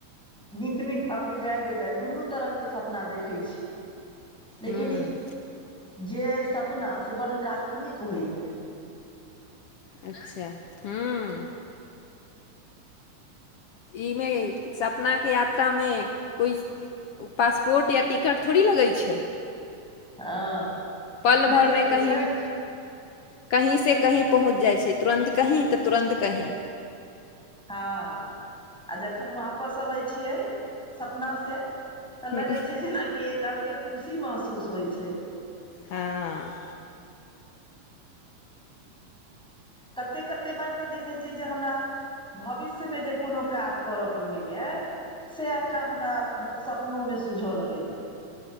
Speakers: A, in the centre; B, on the left.
A: नीक नीक आ बेजाय बेजाय दुनू तरह के सपना देखै छी लेकिन
B: हूँ
A: ई जे अइ सपना से बड्ड काल्पनिक होइए
B: अच्छा हँ ईमे सपनाके यात्रामे कोइ ओ पासपोर्ट या टिकट थोड़ी लगै छै
A: हँ
B: पल
A: नहि
B: भर
A: लगै
B: में कहीं
A: छै
B: भी कहींसँ कहीं पहुँच जाइ छै तुरन्त कहीं तऽ तुरन्त कहीं
A: हँ आ जखन वापस अबै छियै सपनासँ तऽ
B: हँ
A: लगै
B: हूँ
A: छै जेनाकि एक अलगे खुशी महसूस होय छै
B: हँ
A: कतेक कतेक बार तऽ देखैत छियै जे हमरा भविष्यमे जे कोनो काज करयके होइए से एकटा हमरा सपनोमे सूझऽ लगैया